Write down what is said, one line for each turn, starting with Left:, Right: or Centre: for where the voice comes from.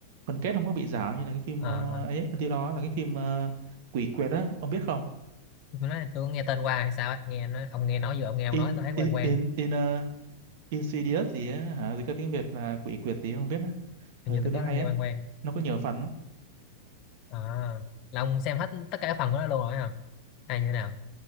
Right: phần kết không có bị giả như là cái phim
Left: à,
Right: ờ, ấy tiêu đó là cái phim ờ, quỷ quyệt á ông biết không
Left: phim đó tôi nghe tên qua hay sao á nghe nó, ông nghe nói vừa ông nghe ông
Right: in
Left: nói tôi thấy quen
Right: in
Left: quen
Right: in in ờ, Insidious gì á hả gì có tiếng Việt là quỷ quyệt gì không biết á
Left: hình
Right: ừ,
Left: như
Right: tôi
Left: tôi có
Right: thấy hay
Left: nghe
Right: á
Left: quen quen
Right: nó có nhiều phần lắm.
Left: à, là ông xem hết tất cả các phần của nó luôn rồi hả hay như thế nào